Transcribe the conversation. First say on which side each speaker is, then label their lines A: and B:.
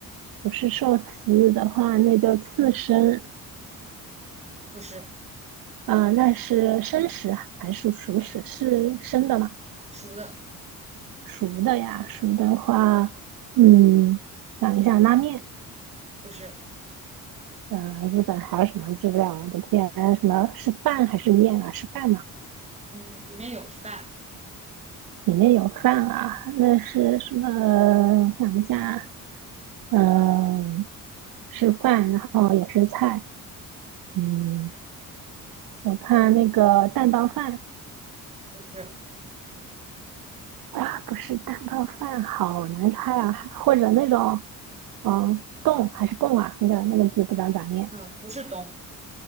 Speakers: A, on the right; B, on the right.
A: 不是寿司的话，那就刺身。
B: 不是
A: 啊、那是生食还是熟食？是生的吗？
B: 熟的，
A: 熟的呀，熟的话，嗯，想一下拉面，
B: 不是，
A: 呃，日本还有什么日料？我的天，什么是饭还是面啊？是饭嘛？
B: 嗯，里面有饭，
A: 里面有饭啊，那是什么？想一下，嗯，是饭，然后也是菜，嗯，我看那个蛋包饭
B: 不是，
A: 啊，不是蛋包饭，好难猜啊，或者那种，嗯，冻还是泵啊？那个那个字不知道咋念。
B: 嗯，不是冬，